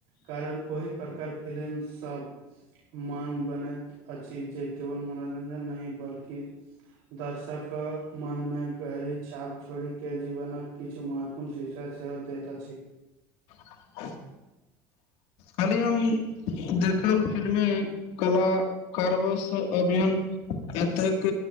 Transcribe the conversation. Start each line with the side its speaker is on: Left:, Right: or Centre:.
Right: कारण ओहि प्रकार फिल्म सब मान बनैत अछि जे केवल मनोरंजन नही बल्कि दर्शकऽ मन मे गहरी छाप छोड़ि के जीवनक किछ महत्वपूर्ण शिक्षा सेहो देत अछी।
Left: <inaudible> कल्ही हम देखल फिल्मी कलाकार बस अभियन एतेक